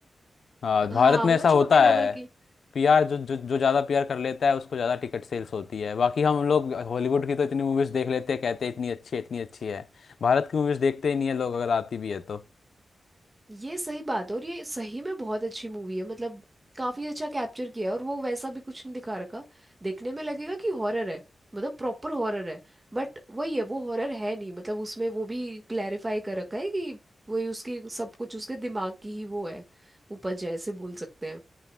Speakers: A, on the left; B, on the right.
A: हाँ भारत
B: हाँ
A: में
B: मतलब
A: ऐसा
B: छोटे
A: होता
B: लेवल
A: है
B: की
A: पीआर जो जो जो ज़्यादा पीआर कर लेता है उसको ज़्यादा टिकट सेल्स होती है बाकी हम लोग हॉलीवुड की तो इतनी मूवीज़ देख लेते हैं कहते हैं इतनी अच्छी है इतनी अच्छी है भारत की मूवीज़ देखते ही नहीं है लोग अगर आती भी है तो
B: ये सही बात है और ये सही में बहुत अच्छी मूवी है मतलब काफी अच्छा कैप्चर किया है और वो वैसा भी कुछ नहीं दिखा रखा देखने में लगेगा कि हॉरर है मतलब प्रॉपर हॉरर है बट वही है वो हॉरर है नहीं मतलब उसमें वो भी क्लैरिफाई कर रखा है कि वही उसकी सब कुछ उसके दिमाग की ही वो है उपज है ऐसे बोल सकते हैं